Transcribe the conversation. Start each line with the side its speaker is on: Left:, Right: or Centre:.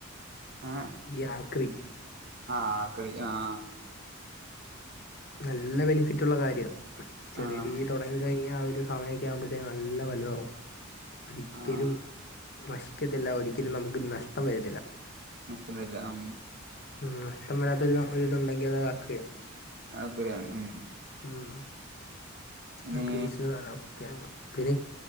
Right: ഏഹ്
Left: യാക്രി
Right: ആഹ് ആക്രി ആഹ്
Left: നല്ല ബെനിഫിറ്റ്ള്ള കാര്യമാണ് ചെറിയ
Right: ആഹ്
Left: രീതി തുടങ്ങി കഴിഞ്ഞാൽ ആഹ് ഒരു സമയൊക്കെ ആവുമ്പത്തെ നല്ല വലുതാകും ഒരിക്കലും
Right: ആഹ്
Left: നശിക്കത്തില്ല ഒരിക്കലും നമുക്ക് നഷ്ടം വരത്തില്ല
Right: നഷ്ടംവരില്ല ഉം
Left: ഉം നഷ്ടം വരാത്തൊരു ഇതുണ്ടെങ്കിൽ അത് അക്രിയ
Right: ആക്രിയാണ് ഉം
Left: ഉം
Right: ഇനി
Left: ആഹ് <unintelligible> പിന്നെ